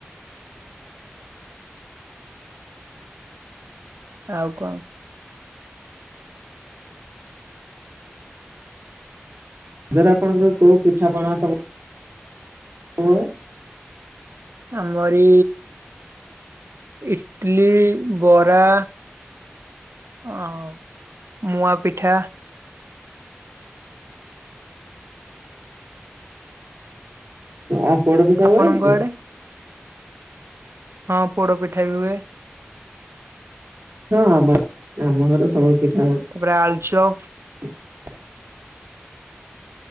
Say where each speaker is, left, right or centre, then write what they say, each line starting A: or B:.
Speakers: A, on the right; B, on the right.
A: ଆଉ କଣ?
B: ଜରେ ଆପଣଙ୍କର କଉ ପିଠାପଣା ସବୁ। ହଁ।
A: ଆମରି ଇଟଲିି, ବରା। ଆଉ ମୁଆଁ ପିଠା।
B: ଆଉ ପୋଡ଼ପିଠା
A: ଆପଣଙ୍କ
B: ହୁଏନି କି?
A: ଆଡେ ହଁ ପୋଡ଼ ପିଠା ବି ହୁଏ।
B: ହଁ ଆମ ଆମ ଘରେ ସବୁ ପିଠା ହୁଏ।
A: ତାପରେ ଆଳୁଚପ୍।
B: <inaudible>